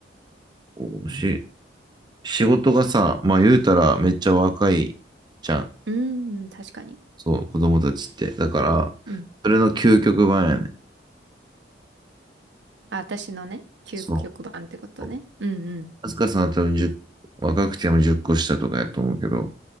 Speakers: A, on the right; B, on the right.
A: こうし、仕事がさ、まあ言うたらめっちゃ若いじゃん。
B: うん、確かに。
A: そう、子供たちって。だから、
B: うん。
A: それの究極版やね。
B: あ、私のね、究極版ってことね。
A: そう。
B: うんうん。
A: あずかさんは多分じゅう若くても10個下とかやと思うけど、